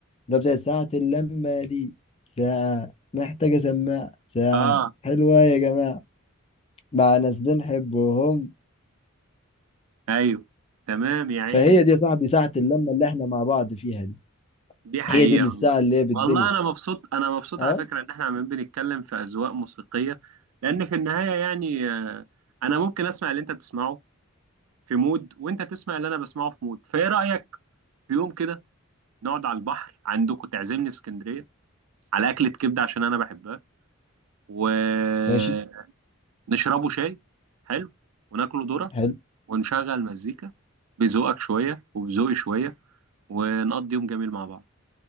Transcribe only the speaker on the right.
اه
ايوه تمام يا عيني
دي حقيقه
والله
والله انا مبسوط انا مبسوط
على فكره ان احنا عمالين بنتكلم في اذواق موسيقيه لان في النهايه يعني آه، انا ممكن اسمع اللي انت بتسمعه في مود وانت تسمع اللي انا بسمعه في مود فايه رايك في يوم كده نقعد على البحر عندكم تعزمني في اسكندريه على اكله كبده عشان انا بحبها ونشربه
شاي حلو وناكله ذره
ونشغل مزيكا بذوقك شويه وبذوقي شويه ونقضي يوم جميل مع بعض